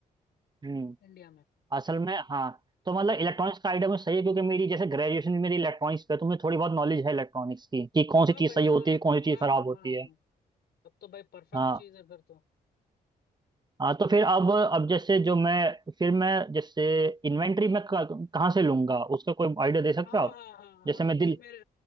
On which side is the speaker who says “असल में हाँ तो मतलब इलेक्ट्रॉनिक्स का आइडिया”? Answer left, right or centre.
Right